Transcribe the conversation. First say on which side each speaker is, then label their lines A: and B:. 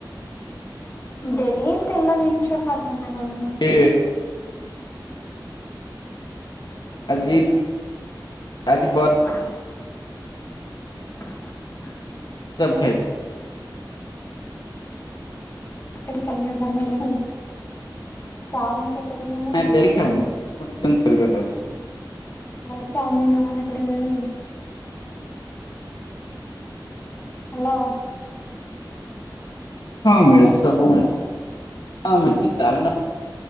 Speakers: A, on the left; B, on the left.
A: ଡେଲି ତେଲ ଜିନିଷ ଖାଉଚ ନା କଣ ମ?
B: ଏ ଆଜି ଆଜି ବ
A: ହ
B: <unintelligible>
A: <unintelligible>
B: ନାଇଁ
A: କି?
B: ଡେଲି ଖାଉନି <unintelligible>
A: ନଲେ ଚାଉମିନ ହକା ସେପଟେ ମିଳୁନି କି? ହ୍ୟାଲୋ।
B: ହଁ
A: ହ୍ୟାଲୋ।
B: ମିଳୁଚି ସବୁ ମିଳୁଚି ହଁ ମିଳୁଚି। ଚାଉମିନି ରା